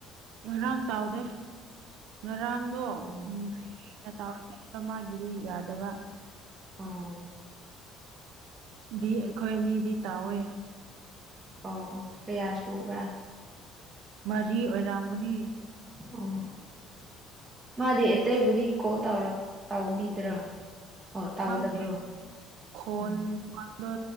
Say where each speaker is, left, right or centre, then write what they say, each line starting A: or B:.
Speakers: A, on the right (about 75°); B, on the right (about 20°).
A: ꯉꯔꯥꯡ ꯇꯥꯎꯗꯦ ꯉꯔꯥꯡꯗꯣ
B: ꯑꯣ
A: ꯎꯝ ꯍꯌꯦꯡꯅ ꯇꯥꯎꯔꯁꯦ ꯑꯃꯥꯒꯤꯗꯨ ꯌꯥꯗꯕ
B: ꯑꯥꯎ
A: ꯕꯤ ꯑꯩꯈꯣꯏ ꯑꯅꯤꯗꯤ ꯇꯥꯎꯋꯦ
B: ꯑꯣ ꯀꯥꯌꯥꯁꯨꯕ꯭ꯔꯥ
A: ꯃꯔꯤ ꯑꯣꯏꯔꯝꯒꯅꯤ
B: ꯑꯣ ꯃꯥꯗꯤ ꯑꯇꯩꯕꯨꯗꯤ ꯀꯣꯜ ꯇꯧꯕꯤꯗ꯭ꯔꯥ ꯑꯣ ꯇꯧꯗꯕ꯭ꯔꯣ
A: ꯈꯪꯗꯦ ꯈꯣꯟ
B: ꯎꯝ
A: ꯗꯣ